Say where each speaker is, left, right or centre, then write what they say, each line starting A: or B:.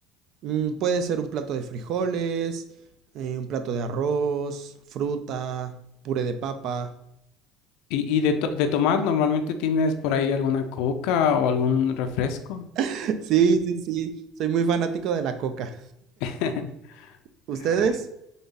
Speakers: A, on the right; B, on the left.
A: Mm, puede ser un plato de frijoles, eh, un plato de arroz, fruta, puré de papa.
B: Y, y de, to- de tomar, normalmente tienes por ahí alguna coca o algún refresco.
A: <laughs> Sí, sí, sí, soy muy fanático de la coca.
B: <laughs>
A: ¿Ustedes?
B: Ay,